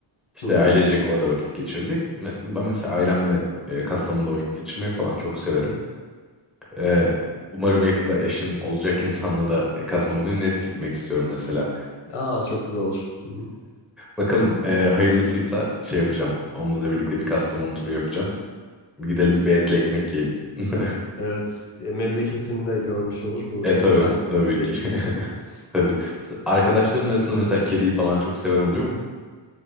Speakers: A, in the centre; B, on the left (about 85°).
A: İşte
B: Hı hı.
A: ailecek orada vakit geçirdik. Me- Ben mesela ailemle e, Kastamonu'da vakit geçirmeyi falan çok severim. Ee, umarım yakında eşim olacak insanla da Kastamonu'ya net gitmek istiyorum mesela.
B: Aa çok güzel olur. Hı hı.
A: Bakalım e, hayırlısıysa şey yapacağım. Onunla da birlikte bir Kastamonu turu yapacağım. Gidelim bir etli ekmek yiyelim. <laughs>
B: Evet, e, memleketini de görmüş olur bu
A: E tabii
B: güzel
A: tabii
B: iletişim
A: ki. <laughs>
B: için. <laughs>
A: Tabii. Arkadaşların arasında mesela kediyi falan çok seven oluyor mu?